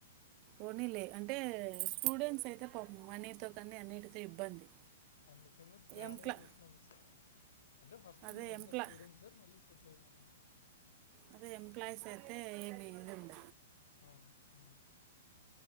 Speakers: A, on the right; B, on the left.
A: ఓనీ
B: అట్లా.
A: లే అంటే స్టూడెంట్స్ అయితే పాపం అన్నిటితో కానీ అన్నిటితో ఇబ్బంది
B: అందుకని ప్లాన్గా
A: ఎంప్లా
B: చేసినాం మస్త అంటే ఫస్ట్
A: అదే
B: మేమంతా
A: ఎంప్లా
B: స్టూడెంట్సే మళ్ళీ సెటిల్ అయినం అంతే
A: అదే ఎంప్లాయీస్ అయితే ఇదిండ
B: అవును ఉమ్